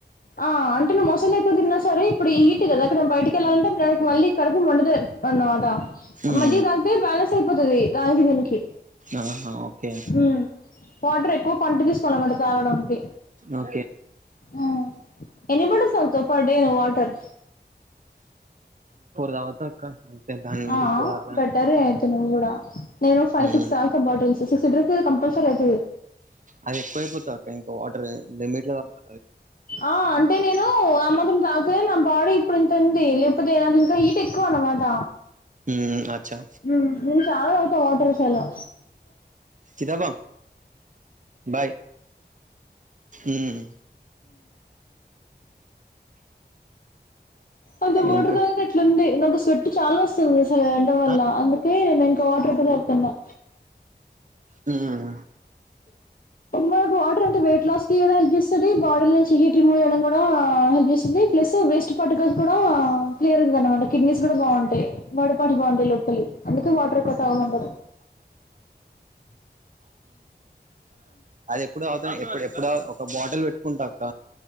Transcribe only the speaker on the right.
హ్మ్.
ఆహా ఓకే
ఓకే
తాగుతా అక్క. అంతే దాని హ్మ్. మించి
ఎక్కువ తాగలేను.
హ్మ్.
అది ఎక్కువైపోతది ఇంకా వాటర్ లిమిట్లో తాగాలి
హ్మ్. అచ్చా!
చిదబా బాయ్ ఉం
ఇంకా
ఆ!
హ్మ్.
అది ఎప్పుడు ఎప్పుడు ఎప్పుడ ఒక బాటిల్ పెట్టుకుంటా అక్క